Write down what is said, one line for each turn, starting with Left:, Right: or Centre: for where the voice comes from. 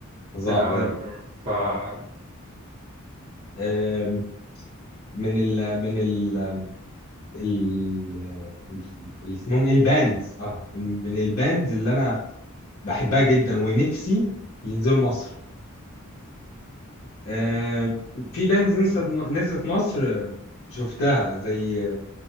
Left: فظاع
Right: no
Left: بجد
Right: number five
Left: آم، من ال من ال ال ال- اسمهم ايه الباندز اه من من الباندز اللي انا بحبها جدا ونفسي ينزلوا مصر آه، في بانز نزلت نزلت مصر شفتها زي